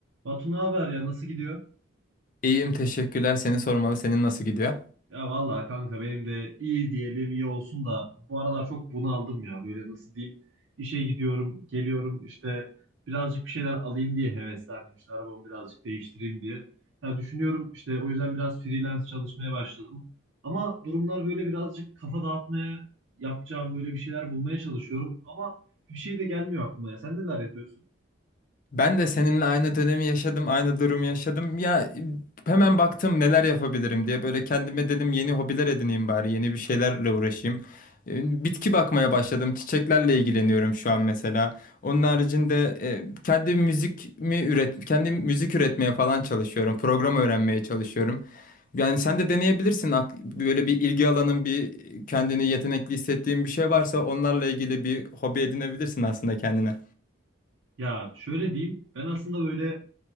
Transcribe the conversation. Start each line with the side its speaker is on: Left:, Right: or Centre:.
Right: Batu ne haber ya nasıl gidiyor?
Left: İyiyim teşekkürler. Seni sormalı. Senin nasıl gidiyor?
Right: Ya vallahi kanka benim de iyi diyelim iyi olsun da bu aralar çok bunaldım ya böyle nasıl diyeyim işe gidiyorum geliyorum işte birazcık bir şeyler alayım diye heveslendim işte arabamı birazcık değiştireyim diye. Ya düşünüyorum işte o yüzden biraz freelance çalışmaya başladım ama durumlar böyle birazcık kafa dağıtmaya yapacağım böyle bir şeyler bulmaya çalışıyorum ama bir şey de gelmiyor aklıma ya sen neler yapıyorsun?
Left: Ben de seninle aynı dönemi yaşadım, aynı durumu yaşadım. Ya e, hemen baktım neler yapabilirim diye. Böyle kendime dedim yeni hobiler edineyim bari, yeni bir şeylerle uğraşayım. E, Bitki bakmaya başladım. Çiçeklerle ilgileniyorum şu an mesela. Onun haricinde e, kendi müzik mi üret, kendi müzik üretmeye falan çalışıyorum. Program öğrenmeye çalışıyorum. Yani sen de deneyebilirsin. Ak- Böyle bir ilgi alanın, bir kendini yetenekli hissettiğin bir şey varsa onlarla ilgili bir hobi edinebilirsin aslında kendine.
Right: Ya şöyle diyeyim ben aslında böyle